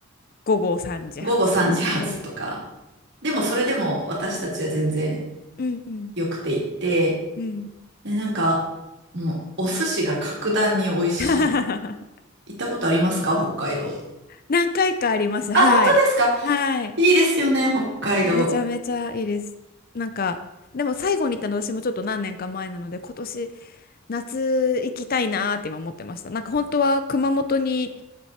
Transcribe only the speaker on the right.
午後3時発とか。
でもそれでも私たちは全然
良くて行って、
で、なんか、もうお寿司が格段に美味しい。
行ったことありますか北海道。
あ、
本当ですか
いいですよね、北海道。